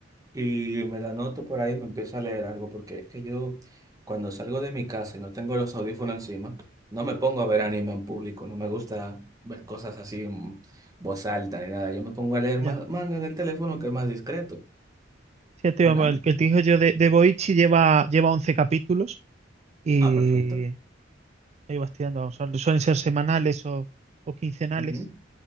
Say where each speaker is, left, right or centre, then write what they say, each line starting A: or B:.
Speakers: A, on the right; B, on the right.
A: y me lo anoto por ahí y me empiezo a leer algo, porque es que yo cuando salgo de mi casa y no tengo los audífonos encima, no me pongo a ver anime en público, no me gusta ver cosas así en voz alta ni nada. Yo me pongo a leer ma-
B: Ya.
A: manga en el teléfono que es más discreto.
B: Sí, te
A: Pues
B: iba-
A: nada.
B: el que te digo yo de, de Boichi lleva, lleva 11 capítulos y
A: Ah, perfecto.
B: ahí vas tirando, vamos, suelen ser semanales o o quincenales.
A: Ujú.